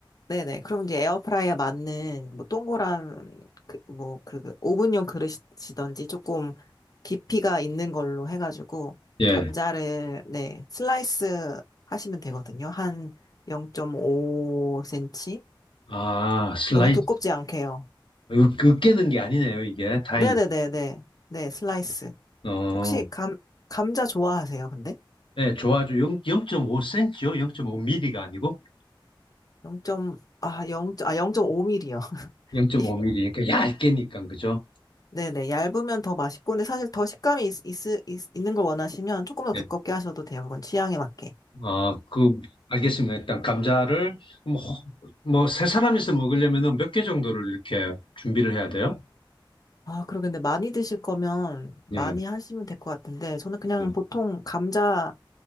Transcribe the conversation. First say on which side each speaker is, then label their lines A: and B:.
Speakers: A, on the left; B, on the left.
A: 네네. 그럼 이제 에어프라이에 맞는 뭐 동그란 그뭐그 오븐용 그릇이든지 조금 깊이가 있는 걸로 해가지고
B: 예.
A: 감자를 네 슬라이스 하시면 되거든요. 한 0.5cm
B: 아, 슬라이스.
A: 너무 두껍지 않게요.
B: 으, 으깨는 게 아니네요, 이게. 다행이다.
A: 네네네네. 네 슬라이스.
B: 어,
A: 혹시 감 감자 좋아하세요? 근데
B: 네, 좋아요. 0, 5 c m 요 0.5mm가 아니고?
A: 0. 아, 0, 아, 0.5mm요.
B: 0.5mm.
A: 이-
B: 그러니까 얇게니까, 그죠?
A: 네네, 얇으면 더 맛있고, 근데 사실 더 식감이 있, 있, 있, 있는 걸 원하시면 조금 더
B: 네.
A: 두껍게 하셔도 돼요. 그건 취향에 맞게.
B: 어, 그, 알겠습니다. 일단, 감자를, 뭐, 뭐, 세 사람이서 먹으려면 몇 개 정도를 이렇게 준비를 해야 돼요?
A: 아, 그러겠데 많이 드실 거면 많이
B: 예,
A: 하시면 될 것 같은데, 저는 그냥
B: 예.
A: 보통 감자